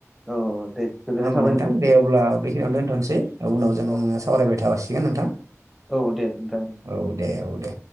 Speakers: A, in the centre; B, on the right (about 80°).
A: औ औ दे गोजोननाय
B: नङा होमबा
A: थाबाय
B: नोंथां
A: नोंथांसिम
B: दे अब्ला
A: औ
B: बेखिनियावनो दोनथ'नोसै उनाव जों
A: औ
B: सावरायबाय थासिगोन नोंथां
A: औ दे नोंथां ओं
B: औ दे औ दे